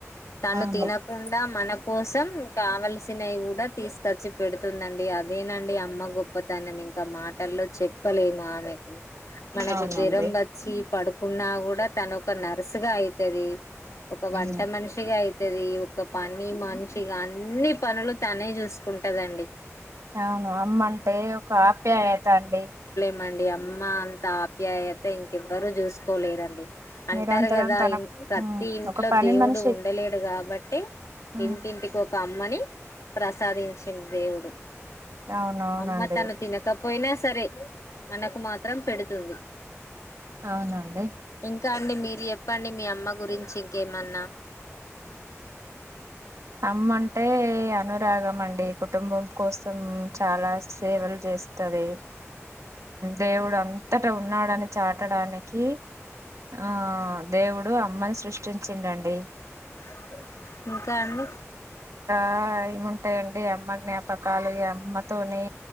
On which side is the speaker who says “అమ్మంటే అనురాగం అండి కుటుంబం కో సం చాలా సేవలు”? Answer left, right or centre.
Right